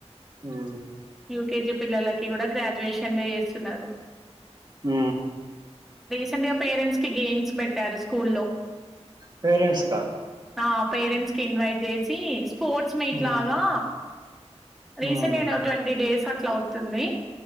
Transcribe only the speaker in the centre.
యూకేజీ పిల్లలకి కూడా గ్రాడ్యుయేషన్ డే చేస్తున్నారు.
సెంట్గా పేరెంట్స్ కి గేమ్స్ పెట్టారు స్కూల్ల్లో.
ఆ పేరెట్స్ కి ఇన్వైట్ చే సి స్పోర్ట్స్ మీట్
లాగా రీసెంట్
గానే ఓ ట్వంటీ డేస్ అ ట్లా అవుతుంది.